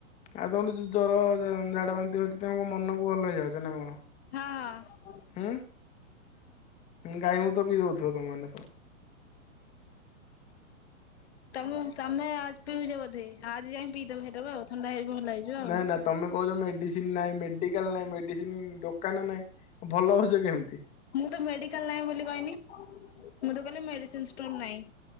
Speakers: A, on the left; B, on the left.
A: ଆଉ ତମ ଯ ଜର ଝାଡା ବାନ୍ତି ହଉଛି ତମ ମନକୁ ଭଲ ହେଇଯାଉଛ ନା କଣ।
B: ହଁ ହ।
A: ହୁଁ ଗାଈ ମ ତ ବିି ଦଉଥିବ ତମାନେ ସବ।
B: ତମେ ତମେ ଆ ପିଉଛ ବଧେ ଆଜି ଯାଇକି ପିଇଦବ ସେଇଟା ଆଉ ଥଣ୍ଡା ହେଇଯ ଭଲ ହେଇଯିବ। ଆଉ।
A: ନାାଇ ନା ତମେ କହୁଛ ମେଡିସିନ ନାାଇଁ ମେଡିକାଲ ନାାଇଁ ମେଡିସିନ ଦୋକାନ ନାାଇଁ ଭଲ ହଉଛ କେମିତି?
B: ମୁଁ ତ ମେଡିକାଲ ନାହିଁ ବୋଲି କହନି ମୁଁ ତ କହିଲି ମେଡିସିୋର ନାହିଁ।